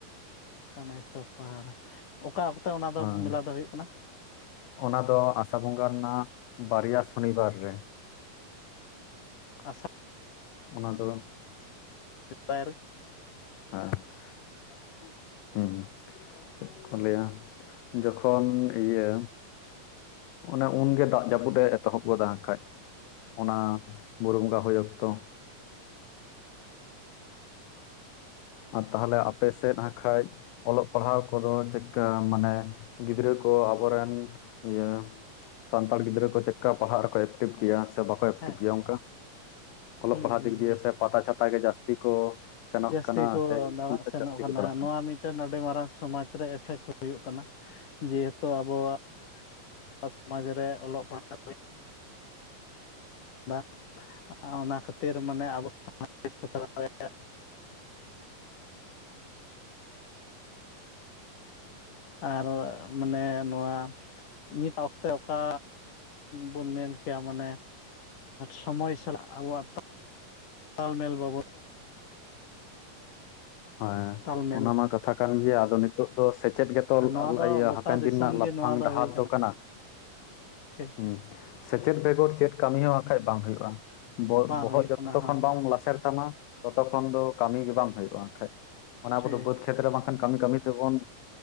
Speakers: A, on the left; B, on the left.
A: ᱠᱟᱱᱦᱟᱭᱥᱚᱨ ᱯᱟᱦᱟᱲ ᱚᱠᱟ ᱚᱠᱛᱮ ᱚᱱᱟ ᱫᱚ
B: ᱦᱮᱸ
A: ᱢᱮᱞᱟ ᱫᱚ ᱦᱩᱭᱩᱜ ᱠᱟᱱᱟ?
B: ᱚᱱᱟ ᱫᱚ ᱟᱥᱟ ᱵᱚᱸᱜᱟ ᱨᱮᱱᱟᱜ ᱵᱟᱨᱭᱟ ᱥᱚᱱᱤᱵᱟᱨ ᱨᱮ ᱾
A: ᱟᱥᱟ <unintelligible>
B: ᱚᱱᱟ ᱫᱚ ᱮᱸ
A: ᱯᱟᱨ <unintelligible>
B: <unintelligible> ᱪᱮᱜ ᱠᱚ ᱞᱟᱹᱭᱟ ᱡᱚᱠᱷᱚᱱ ᱤᱭᱟᱹ? ᱚᱱᱮ ᱩᱱᱜᱮ ᱫᱟᱜ ᱡᱟᱹᱯᱩᱫ ᱮ ᱮᱛᱚᱦᱚᱵ ᱜᱚᱫᱟ ᱦᱟᱸᱜ ᱠᱷᱟᱡ, ᱚᱱᱟ ᱵᱩᱨᱩ ᱵᱚᱸᱜᱟ ᱦᱳᱭ ᱚᱠᱛᱚ᱾ ᱟᱨ ᱛᱟᱦᱞᱮ ᱟᱯ ᱥᱮᱫ ᱦᱟᱸᱜ ᱠᱷᱟᱡ ᱚᱞᱚᱜ ᱯᱟᱲᱦᱟᱣ ᱠᱚᱫᱚ ᱪᱮᱫ ᱠᱟ ᱢᱟᱱᱮ ᱜᱤᱫᱽᱨᱟᱹ ᱠᱚ ᱟᱵᱚ ᱨᱮᱱ ᱤᱭᱟᱹ ᱥᱟᱱᱛᱟᱲ ᱜᱤᱫᱽᱨᱟᱹ ᱠᱚ ᱪᱮᱫ ᱠᱟ ᱯᱟᱲᱦᱟᱜ ᱨᱮᱠᱚ ᱮᱠᱴᱤᱵᱷ ᱜᱮᱭᱟ ᱥᱮ ᱵᱟ ᱠᱚ ᱠᱚ ᱮᱠᱴᱤᱵᱷ
A: ᱦᱮᱸ
B: ᱜᱮᱭᱟ ᱚᱱᱠᱟ ᱚᱞᱚᱜ
A: ᱦᱩᱸ
B: ᱯᱟᱲᱦᱟᱜ
A: ᱦᱩᱸ
B: ᱫᱤᱠ ᱫᱤᱭᱮ
A: ᱦᱩᱸ
B: ᱥᱮ ᱯᱟᱛᱟ ᱪᱷᱟᱛᱟ ᱜᱮ ᱡᱟᱹᱥᱛᱤ ᱠᱚ ᱥᱮᱱᱚᱜ ᱠᱟᱱᱟ
A: ᱡᱟᱹᱥᱛᱤ ᱠᱚ
B: ᱥᱮ ᱤᱥᱠᱩᱞ
A: ᱫᱟᱲᱟᱱ
B: ᱥᱮᱫ
A: ᱥᱮᱱᱚᱜ
B: ᱡᱟᱹᱥᱛᱤ
A: ᱠᱟᱱᱟ
B: ᱠᱚ ᱪᱟᱞᱟᱜ
A: ᱱᱚᱣᱟ ᱢᱤᱫ ᱴᱮᱱ ᱟᱹᱰᱤ ᱢᱟᱨᱟᱝ ᱥᱚᱢᱟᱡᱽ ᱨᱮ ᱮᱯᱷᱮᱠᱴ ᱦᱳᱭᱳᱜ ᱠᱟᱱᱟ ᱡᱮ ᱦᱮᱛᱩ ᱟᱵᱚᱣᱟᱜ
B: <inaudible>
A: ᱟᱵᱚᱣᱟᱜ ᱥᱚᱢᱟᱡᱽ ᱨᱮ ᱚᱞᱚᱜ ᱯᱟᱲᱦᱟᱣ <unintelligible> ᱚᱱᱟ ᱠᱷᱟᱹᱛᱤᱨ ᱢᱟᱱᱮ ᱟᱵᱚ <unintelligible> ᱟᱨᱚ ᱢᱟᱱᱮ ᱱᱚᱣᱟ, ᱢᱤᱫ ᱚᱠᱛᱮ ᱚᱠᱟ ᱵᱚᱱ ᱢᱮᱱ ᱠᱮᱭᱟ ᱢᱟᱱᱮ ᱥᱳᱢᱳᱭ ᱥᱟᱞᱟᱜ ᱟᱵᱚᱣᱟᱜ ᱛᱟᱞᱢᱮᱞ ᱵᱟᱵᱚ
B: <inaudible> ᱦᱚᱭ
A: ᱛᱟᱞᱢᱮᱞ
B: ᱚᱱᱟ ᱢᱟ ᱠᱟᱛᱷᱟ ᱠᱟᱱ ᱜᱮᱭᱟ ᱟᱫᱚ ᱱᱤᱛ ᱱᱤᱛᱚᱜ ᱫᱚ ᱥᱮᱪᱮᱫ ᱜᱮᱛᱚ
A: ᱱᱚᱣᱟ ᱫᱚ ᱜᱚᱴᱟ
B: ᱦᱟᱯᱮᱱ
A: ᱫᱤᱥᱚᱢ
B: ᱫᱤᱱ ᱨᱮᱱᱟᱜ ᱞᱟᱯᱷᱟᱝ
A: ᱜᱮ ᱱᱚᱣᱟ
B: ᱰᱟᱦᱟᱨ
A: ᱦᱩᱭ
B: ᱫᱚ ᱠᱟᱱᱟ᱾
A: ᱴᱷᱤᱠ
B: ᱦᱩᱸ ᱥᱮᱪᱮᱫ ᱵᱮᱜᱚᱨ ᱪᱮᱫ ᱠᱟᱹᱢᱤ ᱦᱚᱸ ᱦᱟᱸᱜ ᱠᱷᱟᱡ ᱵᱟᱝ ᱦᱳᱭᱳᱜᱼᱟ᱾
A: ᱵᱟᱝ
B: ᱵᱚᱦᱚᱜ
A: ᱦᱩᱭᱩᱜ
B: ᱡᱚᱛᱚ
A: ᱠᱟᱱᱟ ᱦᱚᱸ
B: ᱠᱷᱚᱱ ᱵᱟᱢ ᱞᱟᱥᱮᱨ ᱛᱟᱢᱟ ᱛᱚᱛᱚ ᱠᱷᱚᱱ ᱫᱚ ᱠᱟᱹᱢᱤ ᱜᱮ ᱵᱟᱝ ᱦᱳᱭᱳᱜᱼᱟ᱾ <unintelligible> ᱚᱱᱟ
A: ᱴᱷᱤᱠ
B: ᱠᱚ ᱫᱚ ᱵᱟᱹᱛ <unintelligible> ᱠᱷᱮᱛ ᱨᱮ ᱵᱟᱝ ᱠᱷᱟᱱ ᱠᱟᱹᱢᱤ ᱠᱟᱹᱢᱤ ᱛᱮ ᱵᱚᱱ